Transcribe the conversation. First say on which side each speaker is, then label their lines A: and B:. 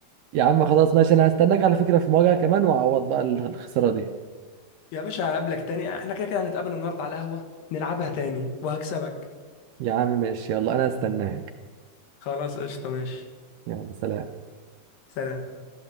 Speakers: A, on the right (about 75°); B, on the left (about 85°).
A: يا عم خلاص ماشي انا هستناك على فكرة في مواجهة كمان واعوض بقى الخسارة دي
B: <laughs> يا باشا هقابلك تاني احنا كده كده هنتقابل النهاردة على القهوة نلعبها تاني وهكسبك
A: يا عم ماشي يلا انا هستناك
B: خلاص قشطة ماشي
A: يلا سلام
B: سلام